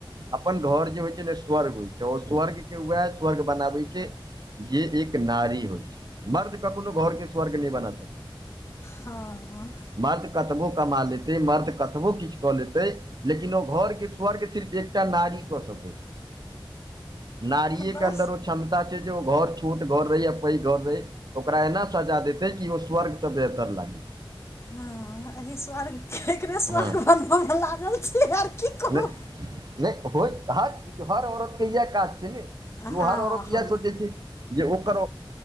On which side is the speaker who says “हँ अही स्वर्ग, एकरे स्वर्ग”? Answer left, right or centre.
Left